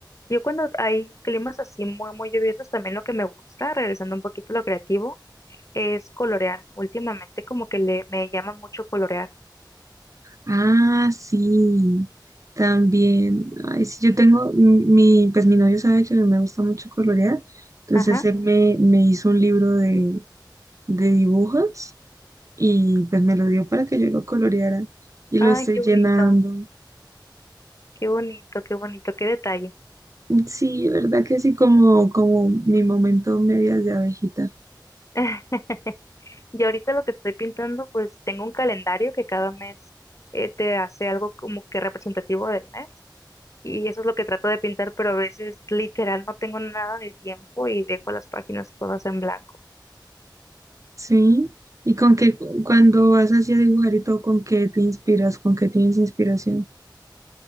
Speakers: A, on the left; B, on the right.
A: Yo cuando hay climas así muy, muy lluviosos, también lo que me gusta, regresando un poquito a lo creativo, es colorear. Últimamente como que le, me llama mucho colorear.
B: Ah, sí, también. Ay, sí, yo tengo, m- mi, pues mi novio sabe que a mí me gusta mucho colorear, entonces
A: Ajá.
B: él me, me hizo un libro de, de dibujos y pues me lo dio para que yo lo coloreara y
A: Ay,
B: lo estoy
A: qué
B: llenando.
A: bonito, qué bonito, qué bonito, qué detalle.
B: Sí, verdad que sí, como, como mi momento medias de abejita.
A: <laughs> Y ahorita lo que estoy pintando, pues tengo un calendario que cada mes eh, te hace algo como que representativo del mes. Y eso es lo que trato de pintar, pero a veces literal no tengo nada de tiempo y dejo las páginas todas en blanco.
B: Sí, y con qué, cuando vas así a dibujar y todo, ¿con qué te inspiras? ¿Con qué tienes inspiración?